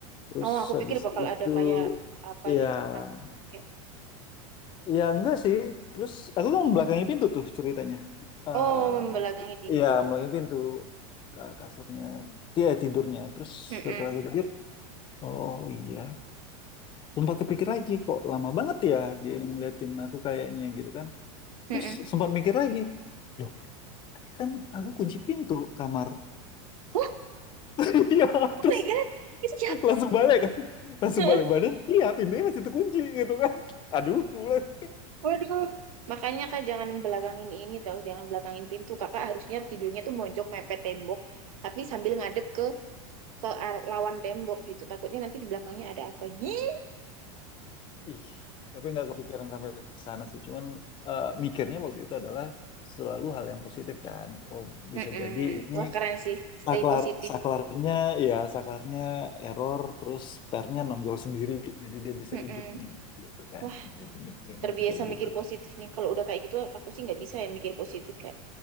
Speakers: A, on the left; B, on the right.
A: terus
B: Oh, aku
A: habis
B: pikir bakal
A: itu
B: ada kayak apa
A: ya
B: gitu penampakan kayak
A: ya enggak sih terus aku kan membelakangi pintu tuh ceritanya eh
B: oh membelakangi pintu.
A: ya membelakangi pintu ke kasurnya dia tidurnya terus
B: Heeh,
A: setelah aku pikir Oh iya, sempat kepikir lagi kok lama banget ya dia ngeliatin aku kayaknya gitu kan.
B: heeh.
A: Terus sempat mikir lagi, loh tadi kan aku kunci pintu kamar.
B: Wah,
A: <laughs> Iya,
B: oh
A: terus
B: my God, itu
A: langsung balik kan, langsung
B: jalan.
A: balik badan. Iya, pintunya masih terkunci gitu kan. Aduh, gue bilang,
B: Waduh, makanya Kak jangan belakangin ini tahu, jangan belakangin pintu. Kakak harusnya tidurnya tuh mojok mepet tembok, tapi sambil ngadep ke ke ar- lawan tembok gitu. Takutnya nanti di belakangnya ada apa. Ih,
A: ih, tapi nggak kepikiran sampai ke sana sih. Cuman eh, mikirnya waktu itu adalah selalu hal yang positif kan. Oh bisa
B: Mm-mm.
A: jadi ini.
B: Wah, keren sih. Stay
A: saklar
B: positif.
A: saklarnya ya saklarnya error terus pernya nonjol sendiri jadi dia bisa
B: Mm-mm.
A: hidup nih gitu kan
B: Wah,
A: jadi mikirnya
B: terbiasa
A: masih kayak gitu
B: mikir positif nih. Kalau udah kayak gitu aku sih nggak bisa ya mikir positif kayak,